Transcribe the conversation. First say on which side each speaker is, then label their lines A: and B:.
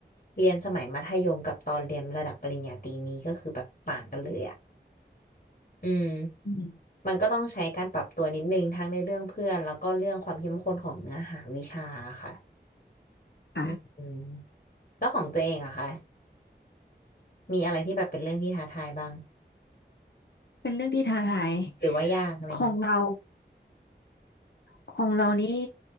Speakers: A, on the left (about 50°); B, on the left (about 75°).
A: เรียนสมัยมัธยมกับตอนเรียนระดับปริญญาตรีนี้ก็คือแบบต่างกันเลยอ่ะอืม
B: อืม
A: มันก็ต้องใช้การปรับตัวนิดนึงทั้งในเรื่องเพื่อนแล้วก็เรื่องความเข้มข้นของเนื้อหาวิชาค่ะ
B: ค่ะ
A: อืมอืมแล้วของตัวเองอะคะมีอะไรที่แบบเป็นเรื่องที่ท้าทายบ้าง
B: เป็นเรื่องที่ท้าทาย
A: หรือว่ายากอะไรเงี้ย
B: ของเรา ของเรานี่